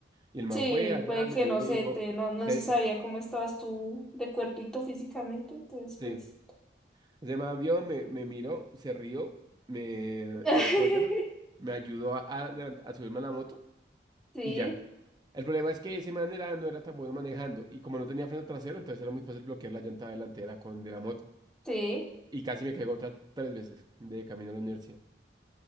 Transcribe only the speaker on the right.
Y el man
fue allá,
me
miró
y dijo,
"Eh,
sí, Ese man vio, me, me miró, se rió, me,
eh, ¿cómo se llama? Me ayudó a, a levant- a subirme a la moto
y ya. El problema es que ese man era- no era tan bueno manejando y como no tenía freno trasero, entonces era muy fácil bloquear la llanta delantera con de la moto.
Y casi me caigo otras tres veces de camino a la universidad.